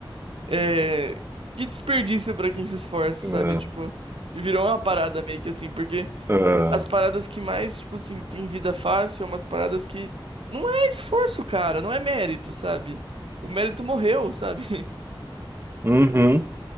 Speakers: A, on the right (about 90°); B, on the right (about 25°).
A: é, que desperdício pra quem se esforça,
B: ah,
A: sabe? Tipo, virou uma parada meio que assim, porque
B: ah.
A: as paradas que mais, tipo assim, tem vida fácil são umas paradas que não é esforço, cara, não é mérito, sabe? O mérito morreu, sabe? <laughs>
B: Uhum.